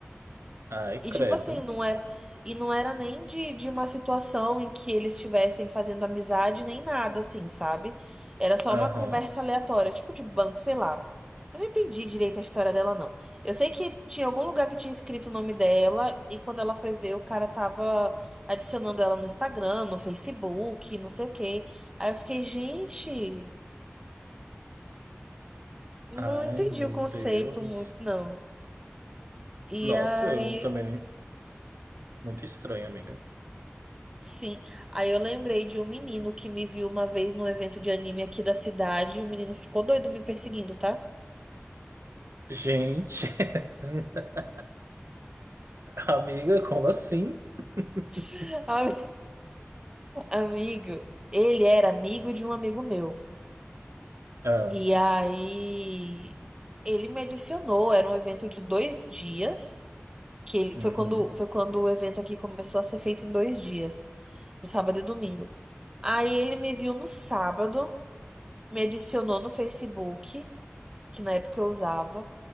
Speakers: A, on the right (about 85°); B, on the right (about 15°).
A: Ai,
B: E
A: credo.
B: tipo assim, não era, e não era nem de, de uma situação em que eles estivessem fazendo amizade, nem nada assim, sabe? Era só
A: Aham.
B: uma conversa aleatória, tipo de banco, sei lá. Eu não entendi direito a história dela, não. Eu sei que tinha algum lugar que tinha escrito o nome dela, e quando ela foi ver, o cara tava adicionando ela no Instagram, no Facebook, não sei o quê. Aí eu fiquei, gente, não
A: Ai,
B: entendi
A: meu
B: o conceito
A: Deus.
B: muito, não. E
A: Nossa,
B: aí.
A: eu também. Muito estranho, amiga.
B: Sim, aí eu lembrei de um menino que me viu uma vez num evento de anime aqui da cidade e o menino ficou doido me perseguindo, tá?
A: Gente, <laughs> amiga, como assim? <laughs>
B: <laughs> Ami- Amigo, ele era amigo de um amigo meu.
A: Ah,
B: E aí ele me adicionou, era um evento de dois dias, que ele,
A: uhum,
B: foi quando, foi quando o evento aqui começou a ser feito em dois dias, de sábado e domingo. Aí ele me viu no sábado, me adicionou no Facebook. que na época eu usava.